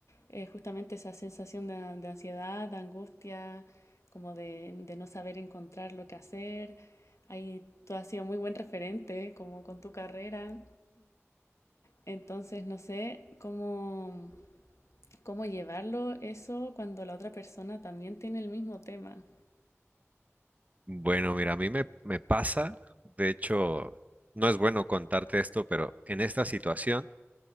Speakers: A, on the left; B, on the right.
A: eh, justamente esa sensación de, de ansiedad, de angustia, como de, de no saber encontrar lo que hacer. Ahí tú has sido muy buen referente, como con tu carrera. Entonces, no sé cómo, cómo llevarlo eso cuando la otra persona también tiene el mismo tema.
B: Bueno, mira, a mí me, me pasa, de hecho, no es bueno contarte esto, pero en esta situación...